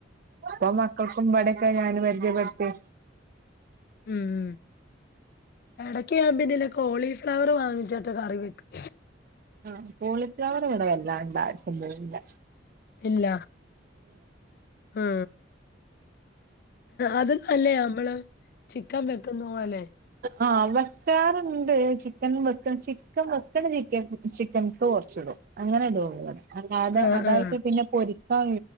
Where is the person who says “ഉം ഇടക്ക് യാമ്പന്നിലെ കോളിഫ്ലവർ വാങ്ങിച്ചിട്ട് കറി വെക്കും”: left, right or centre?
Left